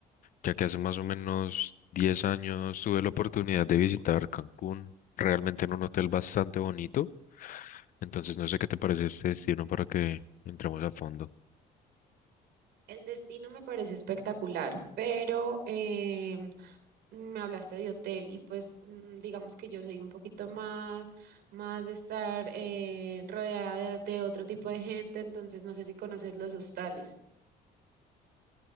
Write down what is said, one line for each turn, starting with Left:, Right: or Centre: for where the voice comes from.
Left: ya que hace más o menos 10 años tuve la oportunidad de visitar Cancún, realmente en un hotel bastante bonito. Entonces no sé qué te parece este destino para que entremos a fondo.
Right: El destino me parece espectacular, pero em, me hablaste de hotel y pues mm, digamos que yo soy un poquito más, más de estar eh, rodeada de, de otro tipo de gente, entonces no sé si conoces los hostales.